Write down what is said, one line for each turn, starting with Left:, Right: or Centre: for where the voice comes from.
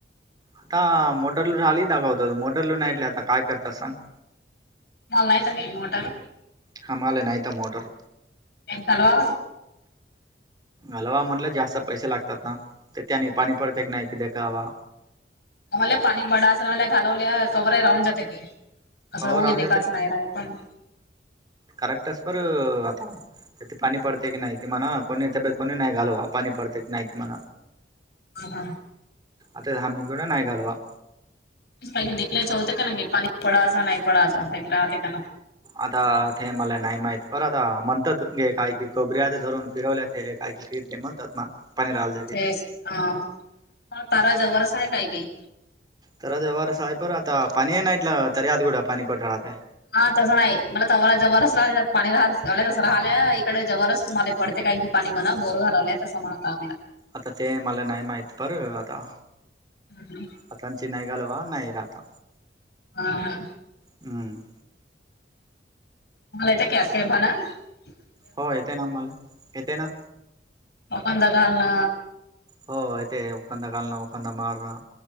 Right: आता मोटर लू राहिली दागावत मोटर लू नाहीटले आता काय करतात सांग
Left: मलायत नाही मोटर
Right: हमले आहे नाता मोटर
Left: एक सलवा
Right: घलवा म्हटलं जास्त पैसे लागतात ना तर त्याने पाणी पडत क नाही कि दे कावा
Left: आम्हाला पाणी बडा असला घालवल्या कवरा राहून जात की असं
Right: हो
Left: होऊगे
Right: राहून
Left: नाही काच नाही राय पण
Right: करेक्टस परर आता त्याती पनी पडते क ना नाहीकी मणा कोणी ते कोणी नाही कलवा पनी पडते क ना नाहीकी म
Left: ह, हा.
Right: आता हमी कड नाहीय घालवा.
Left: आधी देखलायचं होत का, ना की पाणी पळाचा. नाही पळाचा. राहते का ना?
Right: आता ते मला नाही माहित. पर आता म्हणतात गे काय की, खबऱ्या आता धरून फिरवल्या ते अक्चुअली ते म्हणतात ना पाणी
Left: हम्म.
Right: राहिल की
Left: तेच, हा. तारा जवरच हाय काय की.
Right: तारा जवरच हाय. पर आता पाणीय नाइट ला, तरी आद गुडा पाणी पड राहतय.
Left: हा तसं नाही. मला तव जवरच राहिले, पाणी राह तस राहिल्या. इकडे जवरच मध्ये पडते काय की. पाणी म्हणा, बोर घालवलेय, तसं म्हणत आम्हीला.
Right: आता ते मला नाही माहीत पर, आता
Left: <inaudible>
Right: आतांची नाही गालवा, नाही राता.
Left: ह, हा.
Right: हम्.
Left: <unintelligible>
Right: हो. येतय ना मला. येते ना.
Left: ओपन दादा आल ना.
Right: हो. अ ते खंद कलना खंद मारणा.